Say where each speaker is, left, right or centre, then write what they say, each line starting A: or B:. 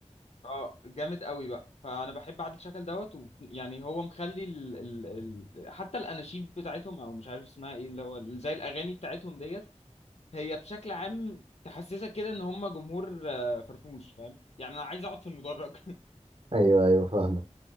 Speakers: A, on the left; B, on the right.
A: اه جامد قوي بقى فانا بحب عادل شكل دوت و... يعني هو مخلي ال... ال... ال... حتى الاناشيد بتاعتهم او مش عارف اسمها ايه اللي هو ال- زي الاغاني بتاعتهم ديت هي بشكل عام تحسسك كده ان هم جمهور آه، فرفوش فاهم يعني انا عايز اقعد في المدرج <laughs>
B: ايوه ايوه فاهمك